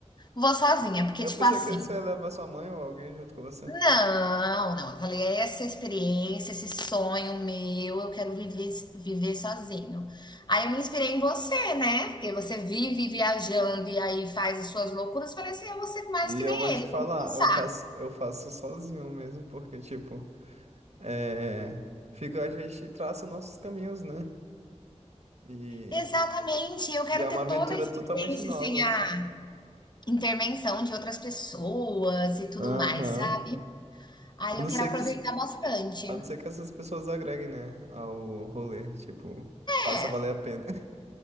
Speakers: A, on the left; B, on the right.
A: Vou sozinha, porque,
B: Eu
A: tipo
B: pensei
A: assim.
B: que você ia levar sua mãe ou alguém junto com você.
A: Não, não. Eu falei, "É essa experiência, esse sonho meu, eu quero viver, viver sozinho. Aí eu me inspirei em você, né? Porque você vive viajando e aí faz as suas loucuras. Falei assim, eu vou ser mais
B: E
A: que
B: eu
A: nem
B: vou te
A: ele,
B: falar,
A: vamos pensar.
B: eu faço, eu faço sozinho mesmo, porque, tipo, é, fica, a gente traça nossos caminhos, né? E,
A: Exatamente, eu quero
B: e é uma
A: ter
B: aventura
A: toda a experiência
B: totalmente nova,
A: sem a
B: tipo.
A: intervenção de outras pessoas e tudo
B: Aham.
A: mais, sabe? Aí
B: A
A: eu
B: não
A: quero
B: ser
A: aproveitar
B: que,
A: bastante.
B: a não ser que essas pessoas agreguem, né, ao rolê, tipo, que faça
A: É,
B: valer a pena. <laughs>